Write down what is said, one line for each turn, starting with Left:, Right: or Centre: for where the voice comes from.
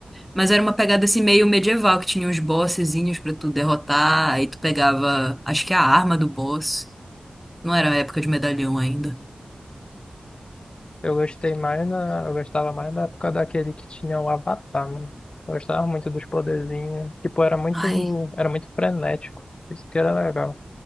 Centre: mas era uma pegada assim meio medieval, que tinha uns bossezinhos pra tu derrotar, aí tu pegava, acho que a arma do boss. Não era a época de medalhão ainda.
Left: Eu gostei mais na, eu gostava mais na época daquele que tinha o Avatar, mano. Eu gostava muito dos poderzinhos. Tipo, era muito,
Centre: Ai,
Left: era muito frenético. Isso que era legal.